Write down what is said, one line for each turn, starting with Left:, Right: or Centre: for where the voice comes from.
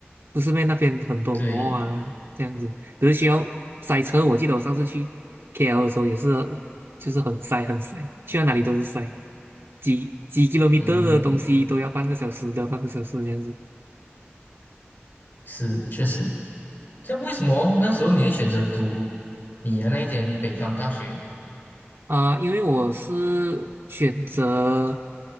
Right: 不是咩？那边很多
Left: 对，
Right: mall 啊这样子，可是需要塞车。我记得我上次去 KL 的时候也是，就是很塞很塞，去到哪里都是塞，几几 kilometer
Left: 嗯，
Right: 的东西都要半个小时的，半个小时这样子。
Left: 是，确实。这样为什么那时候你会选择读你的那一间北方大学？
Right: 啊、因为我是选择，